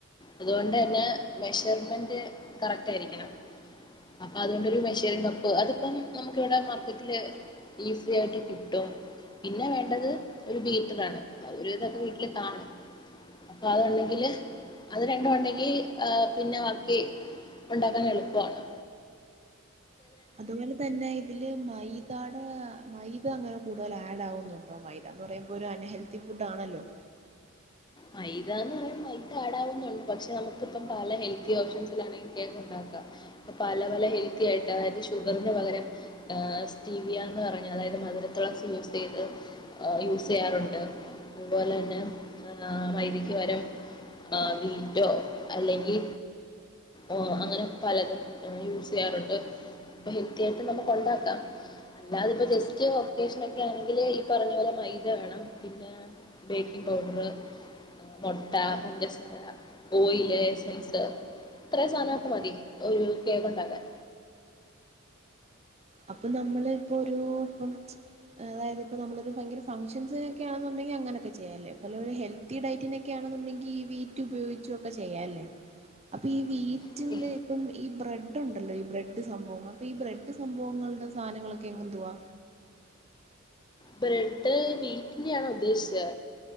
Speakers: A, on the left; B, on the right.
A: അതുകൊണ്ട് തന്നെ മെഷർമെന്റ് കറക്റ്റ് ആയിരിക്കണം അപ്പൊ അതുകൊണ്ടൊരു മെഷറിങ്ങ് കപ്പ് അതിപ്പം നമുക്ക് ഇവിടെ മാർക്കറ്റില് ഈസി ആയിട്ട് കിട്ടും പിന്നെ വേണ്ടത് ഒരു ബീറ്ററാണ് ഇതൊക്കെ വീട്ടില് കാണും അപ്പൊ അത്ണ്ടെങ്കില് അത് രണ്ടും ഉണ്ടെങ്കി ഏ പിന്നെ ബാക്കി ഉണ്ടാക്കാൻ എളുപ്പാണ്
B: അതുപോലെ തന്നെ ഇതില് മൈദ മ്ഹ് മൈദ അങ്ങനെ കൂടുതൽ ആഡ് ആവുന്നുണ്ടോ മൈദ എന്ന് പറയുമ്പോ ഒരു അൺഹെൽത്തി ഫുഡ് ആണല്ലോ
A: മൈദ എന്ന് പറയാ മൈദ ആടാവുന്നുണ്ട് പക്ഷെ നമുക്കിപ്പം പല ഹെൽത്തി ഓപ്ഷൻസിലാണെങ്കി കേക്ക് ഉണ്ടാക്കാം ഇപ്പ പല പല ഹെൽത്തി ആയിട്ട് അതായത് ഷുഗറിന് പകരം സ്റ്റീവിയാന്ന് പറഞ്ഞ അതായത് മധുര തുളസി യൂസ് ചെയ്ത് ഏ യൂസ് ചെയ്യാറുണ്ട് അതുപോലെ തന്നെ എന്നാ മൈദക്ക് പകരം ആ വീറ്റോ അല്ലെങ്കി ഓ അങ്ങനെ പലതുംഏ യൂസ് ചെയ്യാറുണ്ട് ഇപ്പൊ ഹെൽത്തി ആയിട്ട് നമുക്ക് ഉണ്ടാക്കാം അല്ലാതെ ഇപ്പോ ജസ്റ്റ് ഒക്കേഷൻ ഒക്കെ ആണെങ്കില് ഈ പറഞ്ഞ പോലെ മൈദ വേണം പിന്നെ ബേക്കിങ് പൗഡറ്, മൊട്ട, പഞ്ചസാര, ഓയില്, എസൻസ് ഇത്രേം സാനൊക്ക മതി ഒരു കേക്ക് ഉണ്ടാക്കാൻ
B: അപ്പൊ നമ്മള് ഇപ്പൊ ഒരു ഇപ്പംച്ച് അതായത് ഇപ്പൊ നമ്മളൊരു ഭയങ്കര ഫങ്ങ്ഷൻസിനൊക്കൊയാണെന്നുണ്ടെങ്കി അങ്ങനൊക്കെ ചെയ്യാല്ലേ പല പല ഹെൽത്തി ഡയറ്റിനൊക്കെയാണെന്നുണ്ടെങ്കി ഈ വീറ്റ് ഉപയോഗിച്ചും ഒക്കെ ചെയ്യാല്ലേ അപ്പൊ ഈ വീ റ്റിന്റെ
A: ഓക്കെ,
B: ഇപ്പം ഈ ബ്രെഡ് ഇത് ഉണ്ടല്ലോ ഈ ബ്രെഡ് സംഭവം അപ്പൊ ഈ ബ്രെഡ് സംഭവങ്ങളുടെ സാനങ്ങളൊക്കെ എന്തുവാ
A: ബ്രെഡ് വീറ്റിന്റെ ആണോ ഉദ്ദേശേ